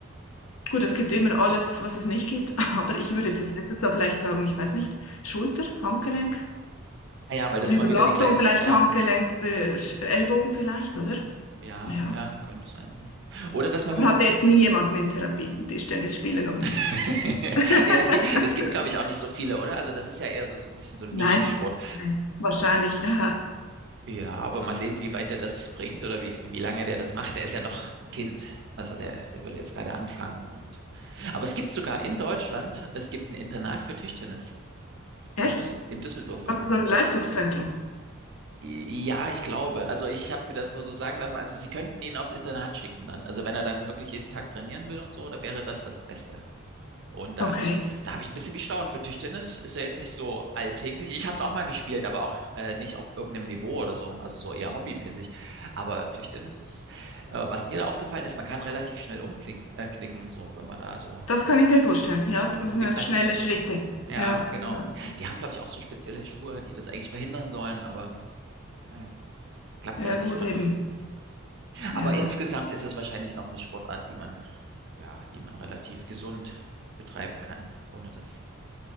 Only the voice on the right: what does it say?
Ah ja, weil
das immer
wieder die gleiche.
Ja,
die-
ja,
ja, könnte sein, ne? Oder dass man
mit dem
<laughs>
Nee, es gibt,
es gibt,
glaube ich, auch nicht so viele, oder? Also das ist ja eher so, so ein bisschen so ein
Nischensport.
Ja, aber mal sehen, wie weit der das bringt oder wie, wie lange der das macht. Der ist ja noch ein Kind. Also der, der würde jetzt gerade anfangen und, aber es gibt sogar in Deutschland, es gibt ein Internat für Tischtennis
in Düs in Düsseldorf irgendwo.
I- Ja, ich glaube. Also ich habe mir das nur so sagen lassen. Also sie könnten ihn aufs Internat schicken dann. Also wenn er dann wirklich jeden Tag trainieren will und so, da wäre das das Beste. Und da
habe ich, da habe ich ein bisschen gestaunt. Für Tischtennis ist ja jetzt nicht so alltäglich. Ich habe es auch mal gespielt, aber auch äh, nicht auf irgendeinem Niveau oder so, also so eher hobbymäßig. Aber Tischtennis ist, äh, was mir da aufgefallen ist, man kann relativ schnell umknicken, äh, knicken, so wenn man da so
um,
um
die
Platte
springt.
Ja,
genau.
Und die haben, glaube ich, auch so spezielle Schuhe, die das eigentlich verhindern sollen, aber naja, klappt
vielleicht
nicht immer.
Aber
insgesamt ist es wahrscheinlich noch eine Sportart, die man, ja, die man relativ gesund betreiben kann, ohne dass